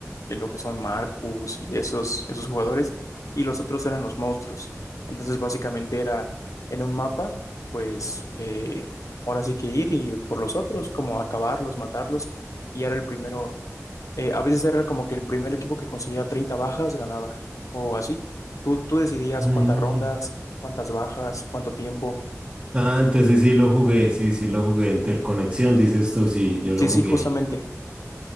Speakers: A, on the left; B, on the right.
A: que lo que son Marcus y esos, esos jugadores, y los otros eran los monstruos. Entonces básicamente era en un mapa, pues eh, ahora sí que ir y por los otros, como acabarlos, matarlos, y era el primero Eh, a veces era como que el primer equipo que consiguiera 30 bajas ganaba, o así. Tú, tú decidías
B: Mm.
A: cuántas rondas, cuántas bajas, cuánto tiempo.
B: Ah, entonces sí lo jugué, sí, sí lo jugué. Interconexión, dices tú, sí, yo
A: Sí,
B: lo jugué.
A: sí, justamente.